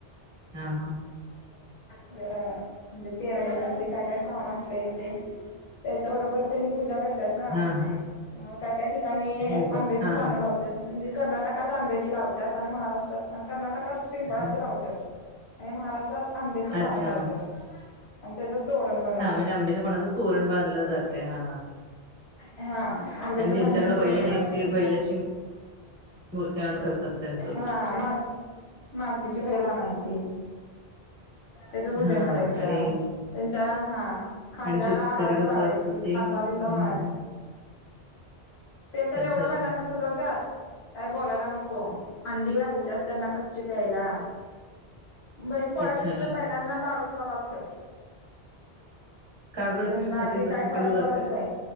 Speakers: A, on the right (about 25°); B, on the left (about 80°).
A: हा हा
B: म्हणजे पेराय वगैरे ते काय-काय सामान असतय ते त्याबरोबर त्यांनी पूजा करतात ना.
A: हा हा
B: अ काय-काय ठिकाणी
A: असं आहे का?
B: आंब्याची
A: हा
B: पान लावत्यात. कर्नाटकात आंब्याची लावत्यात आणि महाराष्ट्रात कर्नाटकात पिंपळाची
A: हा
B: लावत्यात आणि महाराष्ट्रात आंब्याची
A: अच्छा
B: पान लावत्यात. तोरण बनवत्यात
A: हा म्हणजे आंब्याच्या पानाचं तोरण बांधलं जातय हा.
B: हा. आंब्याच्या
A: आणि ज्यांच्याकडे
B: पानाच
A: बैले
B: तोरण
A: नाहीत
B: बांधतेत.
A: ते बैलाची मूर्ती आणून करतात त्यांचं
B: हां मात-मातीची बैल आणायची. त्यांच पूजन
A: हा
B: करायचं.
A: आणि
B: त्यांच्या हा खांद्याला
A: आणि शेतकरी
B: हळद
A: लोक
B: लावायची,
A: असतात ते
B: खांदा
A: हम्म
B: बिंदा वळायचा. ते तर
A: अच्छा
B: एवढं बैलांना सजवत्यात काय बोलायला नको. हो अंडी घलव्यात त्यांना कच्ची प्यायला. बैल-पोळ्या
A: अच्छा
B: दिवशी तर बैलांना दारू सुद्धा पाजत्यात.
A: का बरं
B: त्यांना
A: कशासाठी
B: ते
A: तसं
B: काय परंपराच
A: केलं जातय
B: हाय.